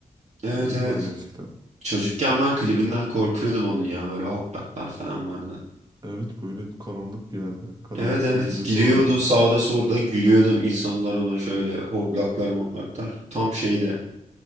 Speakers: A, on the right; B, on the right.
A: Evet
B: İnanılmaz
A: evet.
B: gerçekten.
A: Çocukken ben klibinden korkuyordum onun ya böyle hortlaklar falan vardı.
B: Evet böyle karanlık bir yerde. Karanlık
A: Evet evet
B: bir videosu
A: giriyordu
B: vardı.
A: sağda solda gülüyordum insanlar ona şöyle hortlaklar mortlaklar tam şeyde.